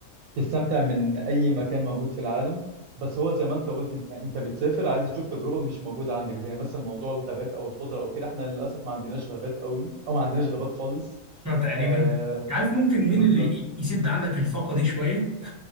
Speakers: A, on the right; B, on the right.
A: تستمتع من اي مكان موجود في العالم بس هو زي ما انت قلت انت انت بتسافر عايز تشوف تجربه مش موجوده عندك زي مثلا موضوع الغابات او الخضره او كده احنا للاسف ما عندناش غابات قوي او ما عندناش غابات خالص
B: ما تقريبا
A: آه
B: عارف ممكن
A: بالظبط
B: مين اللي يسد عندك الفاقه دي شويه